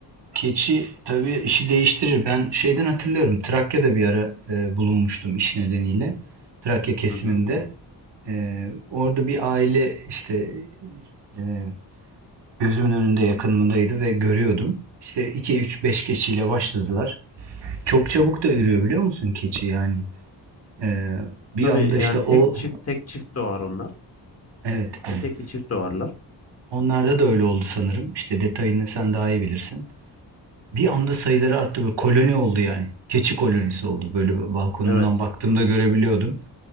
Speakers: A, on the right; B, on the left.
A: Keçi tabii işi değiştirir. Ben şeyden hatırlıyorum. Trakya'da bir ara e, bulunmuştum iş nedeniyle. Trakya kesiminde.
B: Hı hı.
A: E, orada bir aile işte e, gözümün önünde yakınımdaydı ve görüyordum. İşte 2 3 5 keçiyle başladılar. Çok çabuk da ürüyor biliyor musun keçi yani. E, bir
B: Tabii
A: anda işte
B: yani
A: o
B: tek çift tek çift doğar onlar.
A: evet evet.
B: Bir tek bir çift doğarlar.
A: Onlarda da öyle oldu sanırım. İşte detayını sen daha iyi bilirsin. Bir anda sayıları arttı böyle koloni oldu yani. Keçi kolonisi oldu. Böyle balkonumdan
B: Evet,
A: baktığımda görebiliyordum.